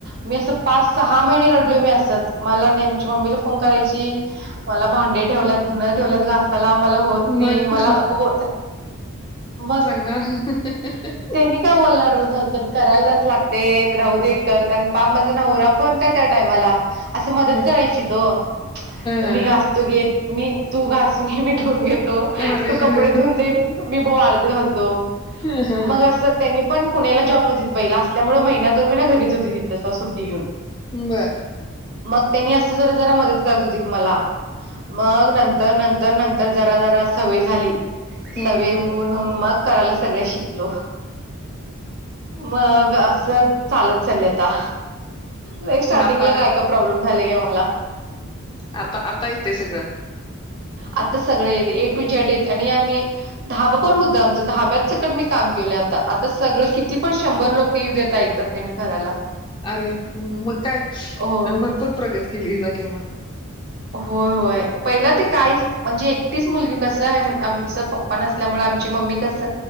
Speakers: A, on the right; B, on the left.
A: मी असं पाच सहा महिने रडलोय मी असंच मला नेमच्या मम्मीला फोन करायची मला भांडे ठेवल्यात धुनं ठेवल्यात त्याला मला होत नाही
B: मग
A: मला हो मग
B: णार
A: त्यांनी का बोलणारो झाल तर करायलाच लागते राहू देकर कारण पाप माझा नवरा पण काय त्या टायमाला असं मदत
B: हा
A: करायची तो
B: हा
A: मी
B: हा.
A: ग तू घेत मी तू गासून मी ठेवून घेतो तू
B: अरे
A: कपडे
B: अरे
A: धुून दे मी बोवाळत घालतो
B: ह हा
A: मग अस त्यांनी पण पुण्याला जॉब होती पहिला असल्यामुळे महिना दोन महिना घरीच होती तथ तसं सुट्टी घेऊन
B: बर
A: मग त्यांनी असं जरा जरा मदत करत होती मला मग नंतर नंतर नंतर जरा जरा सवय झाली
B: हम्.
A: सगळे होऊन होऊन मग करायला सगळं शिकलो मग असं चालत चाल आता नाही स्टार्टिंगला
B: आता
A: काय का प्रॉब्लेम झाले ग मला
B: आता आता येतय सगळं
A: आता सगळे येत ए टू जेड येत आणि आम्ही धाबं पण होतं आमं ाब्यात सकण मी काम केलं आता आता सगळं किती पण शंभर लोक येऊ्या ऐकत नाही मी खराला
B: अरे मग काय
A: हो
B: भरपूर प्रगत केली जा किमा
A: होय होय पहिला ते काहीच म्हणजे एकटीच मुलगी कसं आहे आमच पप्पा नसल्यामुळे आमची मम्मी कसं